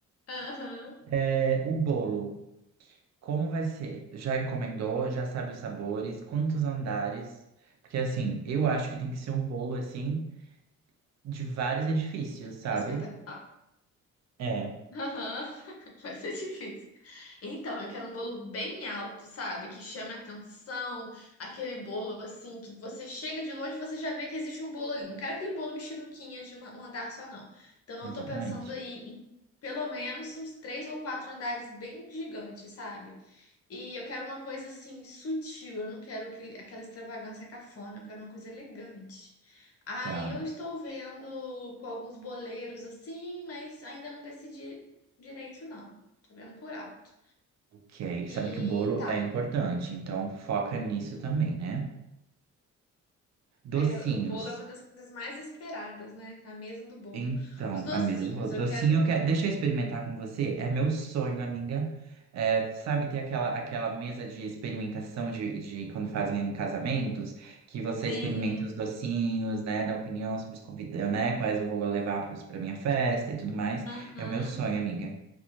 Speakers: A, on the left; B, on the right.
A: Aham.
B: É, o bolo, como vai ser? Já encomendou? Já sabe os sabores? Quantos andares? Porque, assim, eu acho que tem que ser um bolo, assim, de vários edifícios, sabe?
A: Espetacular.
B: É,
A: Aham, <laughs> Vai ser difícil. Então, eu quero um bolo bem alto, sabe? Que chame a atenção. Aquele bolo assim que você chega de longe e você já vê que existe um bolo ali. Não quero aquele bolo mexeruquinha de uma- um andar só, não. Então,
B: exatamente.
A: eu tô pensando aí em pelo menos uns três ou quatro andares bem gigantes, sabe? E eu quero uma coisa assim sutil. Eu não quero aquele- aquela extravagância cafona. Eu quero uma coisa elegante. Aí
B: Tá,
A: eu estou vendo com alguns boleiros assim, mas ainda não decidi Direito não, tô vendo por alto.
B: ok. Sabe
A: E
B: que o bolo
A: tá,
B: é importante, então foca nisso também, né?
A: é,
B: Docinhos.
A: o bolo é uma das coisas mais esperadas, né? A mesa do bolo.
B: Então,
A: Os docinhos,
B: a mesa do bolo.
A: eu
B: Docinho,
A: quero.
B: eu quero... deixa eu experimentar com você. É meu sonho, amiga. É, sabe, ter aquela, aquela mesa de experimentação de, de quando fazem em casamentos, que você
A: Sim.
B: experimenta os docinhos, né? Dá opinião sobre os convidados, né? Quais eu vou levar pros- pra minha festa e tudo mais.
A: Uhum.
B: É o meu sonho, amiga.